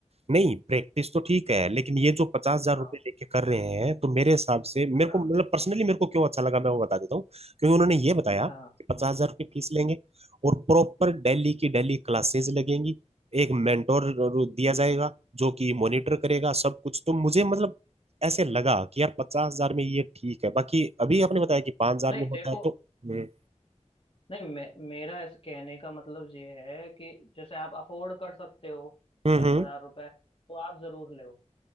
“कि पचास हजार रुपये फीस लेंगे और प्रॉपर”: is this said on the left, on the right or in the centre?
Right